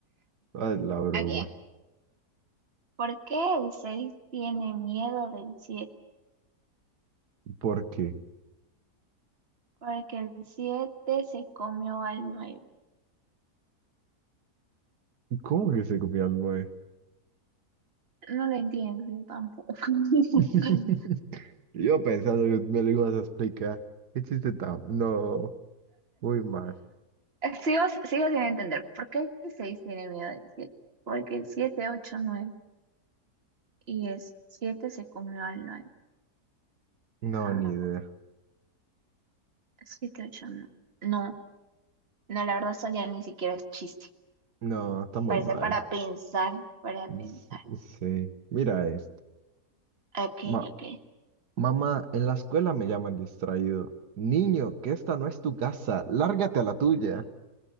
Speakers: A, on the right; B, on the right.
A: haz la broma.
B: Aquí. ¿Por qué el 6 tiene miedo del siete
A: ¿Por qué?
B: Porque el 7 se comió al 9.
A: ¿Cómo que se comió al nueve?
B: No lo entiendo yo tampoco. <laughs>
A: <laughs> Yo pensando que me lo ibas a explicar. ¿Qué chiste tan? No, muy mal.
B: Sigo, sigo sin entender. ¿Por qué el 6 tiene miedo del siete. Porque el 7, 8, nueve Y el 7 se comió al 9.
A: No,
B: Ah,
A: ni idea.
B: 7, 8, 9. No, no, la verdad eso ya ni siquiera es chiste.
A: No, está muy
B: Parece
A: mal.
B: para pensar, para pensar.
A: S- Sí, mira esto.
B: Ok,
A: Ma-
B: ok.
A: mamá, en la escuela me llaman distraído. Niño, que esta no es tu casa, lárgate a la tuya.